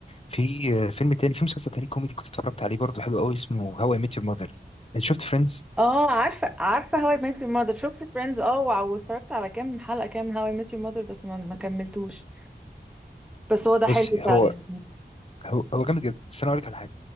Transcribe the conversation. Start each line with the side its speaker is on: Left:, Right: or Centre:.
Left: في آه، فيلم تاني في مسلسل تاني كوميدي كنت اتفرجت عليه برضه حلو قوي اسمه هاو اي ميت يور ماذر شفت فريندز
Centre: اه عارفه عارفه هاو اي ميت يور ماذر شفت فريندز اه وع- واتفرجت على كام حلقه كام من هاو اي ميت يور ماذر بس ما, ما كملتوش بس هو ده
Left: بص
Centre: حلو
Left: هو
Centre: فعلا
Left: هو هو جامد جدا بس انا اقول لك على حاجه